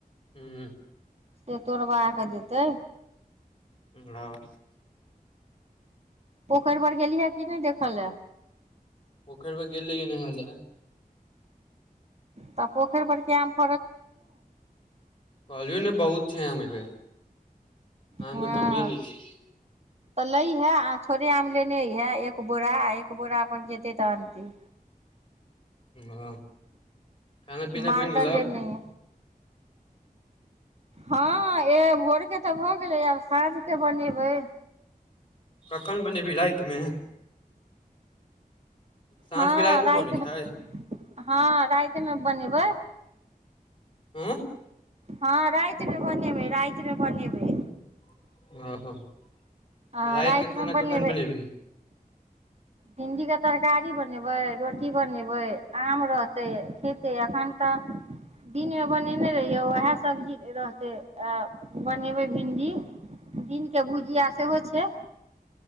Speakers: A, on the left; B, on the right.
A: हू
B: से तोड़बा कऽ देतै
A: ह
B: पोखरि पर गेली है कि नहि देखल लय
A: पोखरि व ग गेलल रहिए नहाय लए
B: तऽ पोखरि पर क
A: कहिलये नए बहुत छैमे प आमे
B: हँ
A: कमिय नहि छै
B: तऽ लैहे आ थोड़े आम लेने हे एक बोरा एक बोरा अपन जेतैय तहनत
A: ह खाना पीना
B: मालदह
A: बनि गेलौ
B: ले नहि हँ ए भोरके तऽ भऽ गेलै आब साँझके बनेबै
A: कखन बनेबी रातिमे साँझ
B: हँ
A: के रातिमे
B: राति
A: बनै
B: मे
A: छै
B: हँ रातिमे बनेबै
A: आँ
B: हँ रातिमे बनेबै रातिमे बनेबै
A: आ
B: आ
A: राति
B: रात
A: के खाना
B: मे बनैबे
A: कखन बनेबही
B: भिंडी का तरकारी ती बनेबै रोटी बनेबै आम रहतै खेतै एखन तऽ दिनमे बनेने रहियै उएह सब्जी रहतै आ बनेबै भिन्डी दिन बुझि सेहो छै